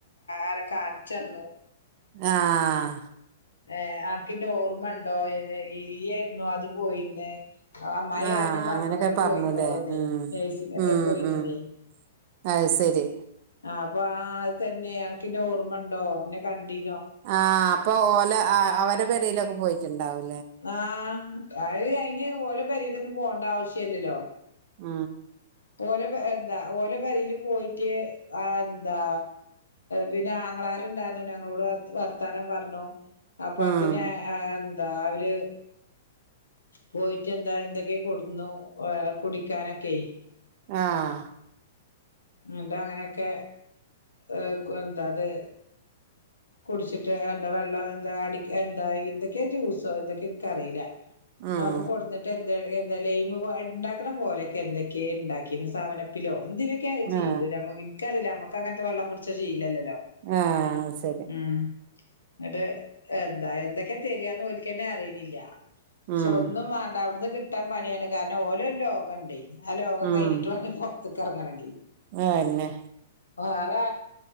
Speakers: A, on the left; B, on the right.
A: അര കാല് ചെന്നു
B: ആഹ്
A: ഏ ആർക്കി ന്നെ ഓർമ്മ ഉണ്ടോ ഈയായിരുന്നോ അത് പോയില്ലേ അമ്മായി
B: ആഹ്
A: ആദ്യം പറഞ്ഞു
B: അങ്ങനൊക്കെ
A: ഇങ്ങനെ
B: പറഞ്ഞുല്ലേ
A: പോയിന്നോളു ന്നെ
B: ഉം
A: നഴ്സിംഗ് എന്തോ
B: ഉം
A: പോയിന്നുന്നെയ്
B: ഉം അത് സെരി
A: ആ അപ്പൊ ആ അത് തന്നെ അൻക്ക്ന്നെ ഓർമ്മണ്ടോ ന്നെ കണ്ടീ
B: ആ അപ്പൊ ഓല ആ അവരെ പെരേലൊക്കെ പോയിട്ട്ണ്ടാവും
A: ആഹ് ആ <unintelligible> അയിന് അയിന് ഓലോ പേരെലൊന്നും പോവണ്ട ആവശ്യവില്ലല്ലോ
B: ആ
A: പോനപ്പോ <unintelligible> എന്താ ഓലെ പേരെല് പോയിട്ട് ആ എന്താ പിന്നെ ആങ്ങളമ്മാരുണ്ടായിരുന്നു ഞങ്ങളോട് വ വർത്താനം പറഞ്ഞു അപ്പ
B: ഉം
A: അതിന് ആ ദാ അവര് പോയിട്ട് എന്താ എന്തൊക്കെയൊ കൊടുന്നു ഓ വെള്ളം കുടിക്കാനൊക്കെയെ
B: ആഹ്
A: എന്നിട്ട് അങ്ങനെയൊക്കെ ഏർ കൊ എന്താ അത് കുടിച്ചിട്ട് എന്താ വെള്ളം എന്താ അടി എന്താ എന്തൊക്കെയാ ജ്യൂസോ എന്തൊക്കെയ എനിക്കറിയില്ല
B: ഉം
A: അതൊക്ക കൊടുന്നിട്ട് എ <unintelligible> ന്ത എന്താല ഉ <unintelligible> ണ്ടാക്കണ പോലെയൊക്കെ എന്തൊക്കെയെ ഉണ്ടാക്കിന്ന് സെവനപ്പിലോ എന്തിനൊക്കെയ അത് ചെയ്ത്
B: ആ
A: നമ്മക്ക് എന്ക്കറിയില്ല ഞമ്മക്ക് അക്ക അങ്ങത്തെ വെള്ളം കുടിച്ചാ ചെയ്ല്ലോ
B: ആ സെരി
A: ഉം എങ്ങിട്ട് എന്താ എന്തൊക്കെയാ തരിയാന്ന് ഓൽക്ക്‌ തന്നെ അറിയണില്ല പക്ഷെ
B: ഉം
A: ഒന്നും വേണ്ട അവിടുന്ന് കിട്ട് കിട്ടാൻ പണിയാണ് കാരണം ഓലോ ഒരു ലോകണ്ടെ ആ ലോകം
B: ഉം
A: കഴിഞ്ഞിട്ട് വേണം പൊറത്തക്ക് എറങ്ങണെങ്കി
B: അതന്നെ
A: വേറെ